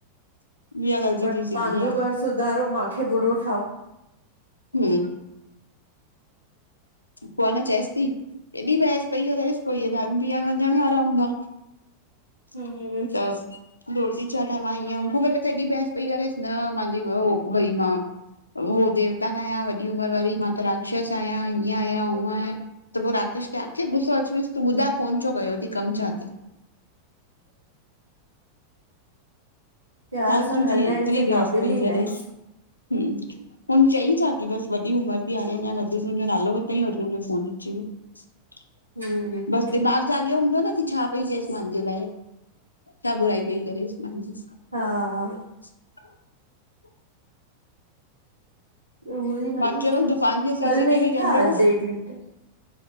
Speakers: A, on the left (about 80°); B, on the right (about 85°).
A: इहा ग़लती
B: पर
A: थी सघंदी
B: पांजो घर सुधारो, माखे बुरो ठाओ।
A: हू पोइ आहे न चएसि ती, हेॾी बहस पई करेस। पो हे दारु पीअण वंञण वारा हूंदा? <inaudible>
B: हम
A: त <unintelligible> रोटी छा ठावा? हीयं हुनखूं सां हेॾी बहस पई करेसि, न माहिंजी बहू भई मा हूअ देवता न आहियां वॾी उमर वारी, मा त राक्षस आहियां। ईअं आयां, ऊंअ आयां, त पोइ राकेश के आखिर गुस्सो अची वियुसि, तू ॿुधाए फोन छो कयो तईं? कमु छा ती?
B: प्यार
A: फालतू
B: सां ॻाल्हाइण
A: जींअ ऐतरी
B: जे क़ाबिल
A: बहस पई
B: ई
A: करेस,
B: न आहे।
A: हम हुन चईं छा की बसि वॾी उमर ती, हाणे अञां मधु तुंहिंजो नालो वरतयि और तुहिंजो फोन अची वयो। <inaudible>
B: हम
A: बसि दिमाग़ जाॻियो हूंदो न की छा पई चएसि मान्जे लाये? छा बुराई पई करेस मान्जी?
B: हा हा
A: <inaudible>
B: उहई
A: मां
B: आ न,
A: चयोमांसि दुकान जे सीसीटीवी
B: कल नही था,
A: कैमरो
B: आज डेढ लीटर।